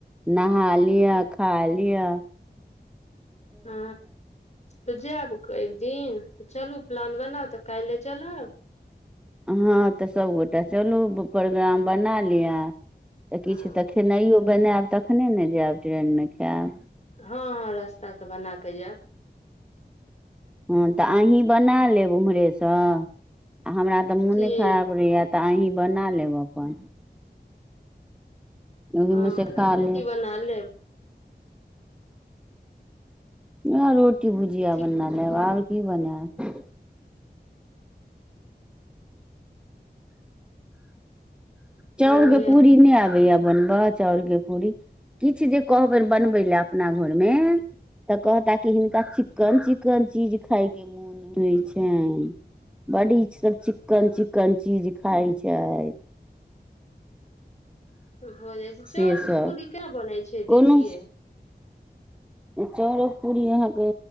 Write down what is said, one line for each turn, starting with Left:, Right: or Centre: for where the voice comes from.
Centre: नहा लिअ खा लीअ
Left: हू तऽ जायब एक दिन तऽ चलू प्लान बनाउ तऽ काल्हि चलब
Centre: हँ, तऽ सबगोटा चलू, प्रोग्राम बना लिअ तऽ
Left: हँ
Centre: किछु तऽ हेतै। खेनाइयो बनाएब तखने ने जाएब ट्रेनमे खाएब
Left: हँ हँ रास्ता के बना क जाब
Centre: ह तऽ अही बना लेब उम्हरे स आ हमरा तऽ मोने
Left: ठीक
Centre: खराब रहय तऽ अही बना लेब अपन ओहिमे
Left: ह बनालेब
Centre: से खा लेब
Left: कि बनालेब
Centre: उएह रोटी-भुजिया
Left: ठीक
Centre: बना लेब, आओर की बनायब। चाउर
Left: मोन होइय
Centre: के पूड़ी नै आबैया बनबा चाउर के पूड़ी किछ जे कह बैन बनबै ले अपना घरमे तऽ कहता कऽ हिन का चिकन चिकन चीज खाय कऽ मन मोन होइ छैन बड इ सभ चिकन चिकन चीज खाई छैथ
Left: भऽ जाइ छैअ
Centre: से
Left: चाउर
Centre: सब
Left: के पूड़ी केना बनै छै
Centre: कोनो
Left: दीये
Centre: चाउरक पूड़ी अहाँके,